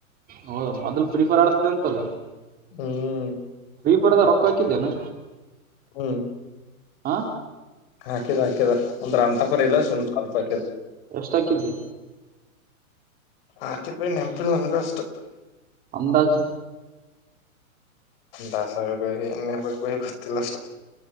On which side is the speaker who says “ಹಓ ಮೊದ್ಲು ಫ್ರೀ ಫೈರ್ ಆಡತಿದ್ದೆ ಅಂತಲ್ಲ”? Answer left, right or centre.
Right